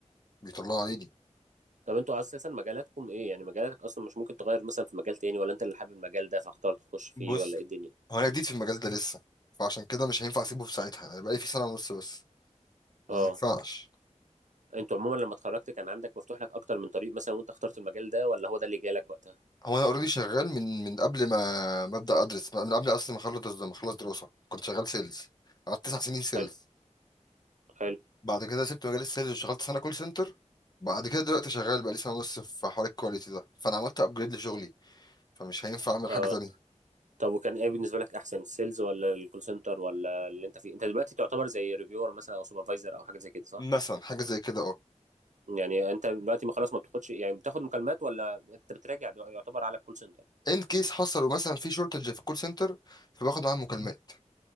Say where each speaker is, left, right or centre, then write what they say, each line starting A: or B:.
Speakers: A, on the left; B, on the right.
A: بيطلع عيني
B: طب انتوا اساسا مجالاتكم ايه يعني مجالاتك اصلا مش ممكن تغير مثلا في مجال تاني ولا انت اللي حابب المجال ده فاخترت تخش فيه
A: بص
B: ولا ايه الدنيا
A: هو انا جديد في المجال ده لسه فعشان كده مش هينفع اسيبه في ساعتها انا بقالي فيه سنه ونص بس
B: اه
A: ما ينفعش
B: انتوا عموما لما اتخرجت كان عندك مفتوح لك اكتر من طريق مثلا وانت اخترت المجال ده ولا هو ده اللي جالك وقتها
A: هو انا اوريدي شغال من من قبل ما ما ابدا ادرس من قبل اصلا ما اخلص ما اخلص دراسه كنت شغال سيلز قعدت تسع سنين سيلز
B: حلو حلو
A: بعد كده سبت مجال السيلز وشغلت سنه كول سنتر بعد كده دلوقتي شغال بقالي سنه ونص في حوار الكواليتي ده فانا عملت ابجريد لشغلي فمش هينفع اعمل
B: اه
A: حاجه تانية
B: طب وكان ايه بالنسبه لك احسن السيلز ولا الكول سنتر ولا اللي انت فيه انت دلوقتي تعتبر زي ريفيور مثلا او سوبرفايزر او حاجه زي كده صح
A: مثلا حاجه زي كده اه
B: يعني انت دلوقتي ما خلاص ما بتاخدش يعني بتاخد مكالمات ولا انت بتراجع دو- يعتبر على الكول سنتر
A: ان كيس حصلوا مثلا في شورتج في الكول سنتر فباخد معاهم مكالمات